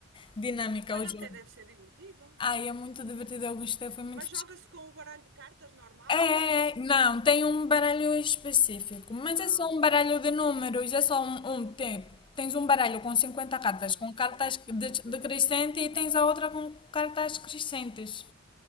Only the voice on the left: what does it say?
dinâmica
o jogo.
Ai, é muito divertido, eu gostei, foi muito
fixe.
É,
não,
tem um baralho específico, mas
é só
um baralho de números, é só um, um tem- Tens um baralho com 50 cartas,
com
cartas
de-
decrescente e tens a outra com cartas crescentes.